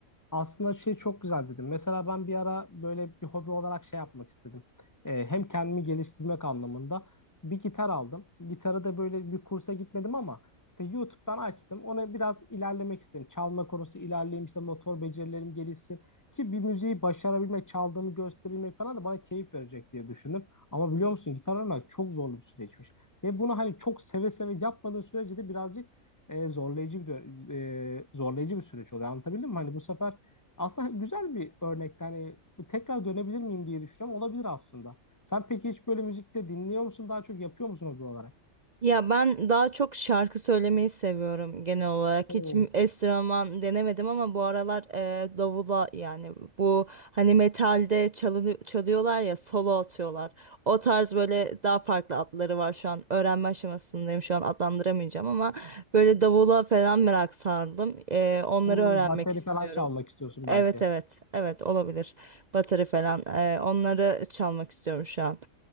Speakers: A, on the left; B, on the right.
A: Aslında şey çok güzel dedim. Mesela ben bir ara böyle bir hobi olarak şey yapmak istedim. Ee, hem kendimi geliştirmek anlamında bir gitar aldım. Gitarı da böyle bir kursa gitmedim ama işte YouTube'dan açtım. Ona biraz ilerlemek istedim. Çalma konusu ilerleyeyim işte motor becerilerim gelişsin. Ki bir müziği başarabilmek, çaldığımı gösterilmek falan da bana keyif verecek diye düşündüm. Ama biliyor musun gitar öğrenmek çok zorlu bir süreçmiş. Ve bunu hani çok seve seve yapmadığın sürece de birazcık e, zorlayıcı bir dö- e, zorlayıcı bir süreç oluyor. Anlatabildim mi? Hani bu sefer aslında güzel bir örnek. Yani bu tekrar dönebilir miyim diye düşünüyorum. Olabilir aslında. Sen peki hiç böyle müzikte dinliyor musun? Daha çok yapıyor musun hobi olarak?
B: Ya ben daha çok şarkı söylemeyi seviyorum genel olarak.
A: Hmm,
B: Hiç m- enstrüman denemedim ama bu aralar e, davula yani bu hani metalde çalını- çalıyorlar ya solo atıyorlar. O tarz böyle daha farklı adları var şu an. Öğrenme aşamasındayım şu an adlandıramayacağım ama böyle davula falan merak sardım. E, onları
A: hmm.
B: öğrenmek
A: Bateri
B: istiyorum.
A: falan çalmak istiyorsun
B: Evet
A: belki.
B: evet evet olabilir. Bateri falan e, onları çalmak istiyorum şu an.